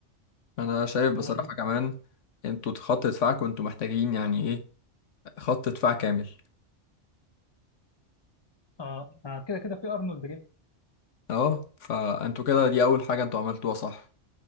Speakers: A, on the left (about 85°); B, on the left (about 20°).
A: انا شايف بصراحة
B: بقول لي
A: كمان انتوا خط دفاعكم انتوا محتاجين يعني ايه خط دفاع كامل
B: اه آه، كده كده في ارنولد جه
A: اه فانتوا كده دي اول حاجة انتوا عملتوها صح